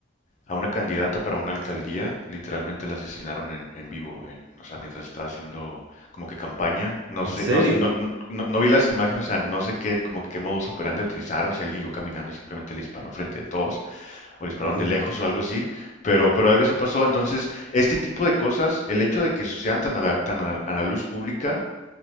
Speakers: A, on the left (about 40°); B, on the right (about 65°).
A: a una candidata para una alcaldía literalmente la asesinaron en, en vivo, en- o sea, mientras estaba haciendo como que campaña. No
B: ¿En
A: sé,
B: serio?
A: no, no, no, no vi las imágenes, o sea, no sé qué, como que qué modus operandi utilizaron, si alguien iba caminando y simplemente le disparó enfrente de todos o dispararon
B: Uy,
A: de lejos o algo así, pero, pero algo así pasó. Entonces, este tipo de cosas, el hecho de que sucedan tan a la, tan a- la- a la luz pública,